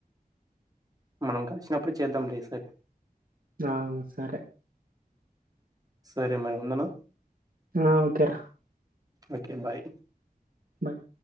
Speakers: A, on the right (about 25°); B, on the right (about 65°).
A: మనం కలిసినప్పుడు చేద్దాం లే ఈసారి
B: ఆ సరే
A: సరే మరి ఉండనా
B: ఆ ఓకేర
A: ఓకే బాయ్
B: బాయ్